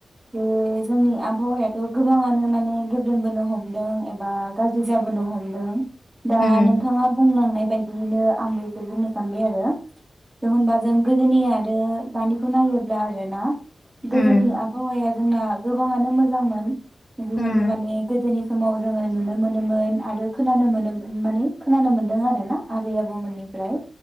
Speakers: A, on the right; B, on the left.
A: बे जोंनि आबहावायाथ' गोबाङानो माने गेब्रेंबोनो हमदों एबा गाज्रि जाबोनो हमदों दा
B: उम
A: नोंथाङा बुंनाय बायदियैनो आंबो एसे बुंनो सानबाय आरो थ होमबा जों गोदोनि आरो दानि खौ नायोब्ला आरोना? गोदोनि
B: उम
A: आबहावाया जोंना गोबाङानो मोजांमोन जिहेतु
B: उम
A: माने गोदोनि समाव जोङो नुनो मोनोमोन आरो खोनानो मोनोम माने खोनानो मोन्दों आरो ना आबै आबौमोननिफ्राय